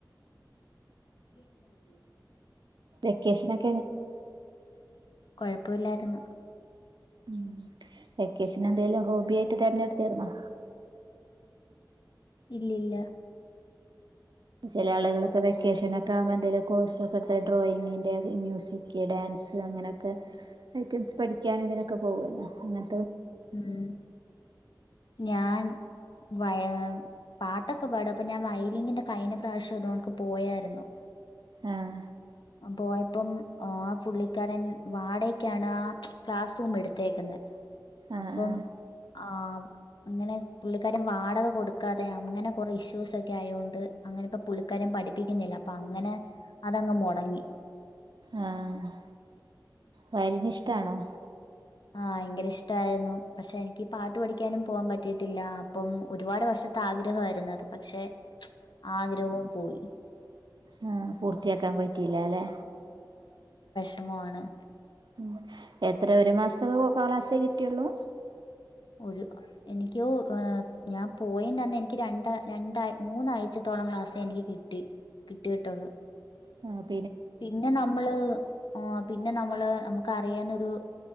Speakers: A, on the left; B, on the right.
A: ഉ ഉ
B: വെക്കേഷൻക്കെ
A: കൊഴപ്പമില്ലായിരുന്നു
B: ഉം വെക്കേഷൻ എന്തേലും ഹോബി ആയിട്ട് തതിരഞ്ഞെടുത്തിർുന്നോ
A: ഇല്ല ഇല്ല
B: ഉ ചില ആളുകളൊക്കെ വെക്കേഷനൊക്കെ ആവുമ്പോ എന്തേലും കോഴ്സ്ൊക്കെ എടുത്ത ഡ്രോയിങ്ങിന്റെ മ്യൂസിക് ഡാൻസ് അങ്ങനെയൊക്കെ ഐറ്റംസ് പഠിക്കാനും ഇതിനൊക്കെ പോകവല്ലോ അങ്ങനെ
A: ഉം ഞാൻ വയ പാട്ടൊക്കെ പാട അപ്പൊ ഞാൻ വൈലിങ്ങിന്റെ കൈന്റെ പ്രാവശ്യംതോക്ക് പോയായിരുന്നു
B: ആഹ
A: പോയപ്പം ആ പുള്ളിക്കാരൻ വാടക്കാണ് ആ ക്ലാസ് റൂം എടുത്തേക്കുന്നത്
B: ആഹ്
A: അപ്പം
B: ആഹ്
A: ആ അങ്ങനെ പുള്ളിക്കാരും വാടക കൊടുക്കാതെ അങ്ങനെ കുറെ ഇഷ്യൂസ് ഒക്കെ ആയതോണ്ട് അങ്ങനെ ഇപ്പ പുള്ളിക്കാരും പഠിപ്പിക്കുന്നില്ല അപ്പൊ അങ്ങനെ അതങ്ങ് മോ തുങ്ങി
B: ആഹ വരിിന ഇഷ്ടാണോ
A: ആഹ ഭയങ്കര ഇഷ്ടായിരുന്നു പക്ഷെ എനിക്ക് പാട്ട് പഠിക്കാനും പോവാാൻ പറ്റിട്ടില്ല അപ്പം ഒരുപാട് വർഷത്ത് ആഗ്രഹമായിരുന്നു അത് പക്ഷെ ആ ആഗ്രഹവും പോയി
B: ആ പൂർത്തിയാക്കാൻ പറ്റിയില്ല അല്ലെ
A: ഇഷ്ടണ്
B: ഉ എത്ര ഒരു മാസത്തൊക്കെ ക്ലാസേ കിട്ടിയുള്ളൂ
A: ഒരു എനിക്കോ ഞാൻ പോയിണ്ടന്ന് എനിക്ക് രണ്ട രണ്ട മൂന്നാഴ്ചത്തോളം ക്ലാസ്സ് എനിക്ക് കിട്ടി കിട്ടി കിട്ടുള്ളൂ
B: ആ
A: പിന്നെ നമ്മള് ആ പിന്നെ നമ്മള് നമുക്ക് അറിയാൻ ഒരു്